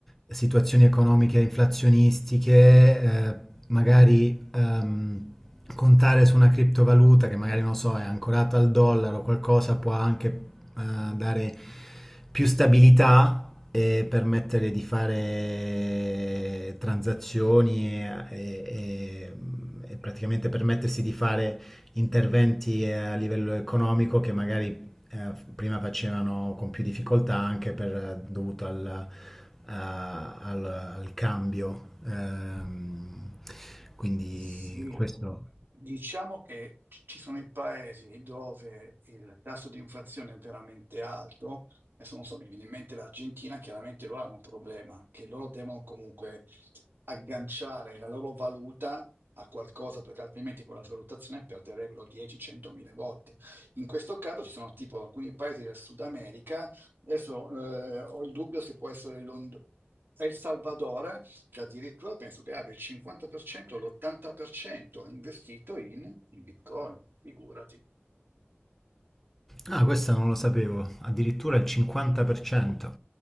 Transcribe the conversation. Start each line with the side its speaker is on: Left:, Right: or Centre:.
Centre: situazioni economiche inflazionistiche, eh, magari ehm, contare su una criptovaluta che magari non so, è ancorata al dollaro o qualcosa può anche eh, dare più stabilità. E permettere di fare transazioni e, e- e- e praticamente permettersi di fare interventi eh, a livello economico che magari eh, prima facevano con più difficoltà anche per, eh, dovuto al, a- al- al cambio. Ehm, quindi
Right: Sì,
Centre: questo...
Right: Diciamo che ci ci sono i paesi dove il tasso di inflazione è veramente alto, adesso non so, mi viene in mente l'Argentina, chiaramente loro hanno un problema, che loro devono comunque agganciare la loro valuta a qualcosa, perché altrimenti con la valutazione perderebbero 10-100 mila volte. In questo caso ci sono tipo alcuni paesi del Sud America, adesso eh, ho il dubbio se può essere l'Hond- El Salvador, che addirittura penso che abbia il 50%, l'80% investito in, in Bitcoin, figurati.
Centre: Ah, questo non lo sapevo, addirittura il 50%.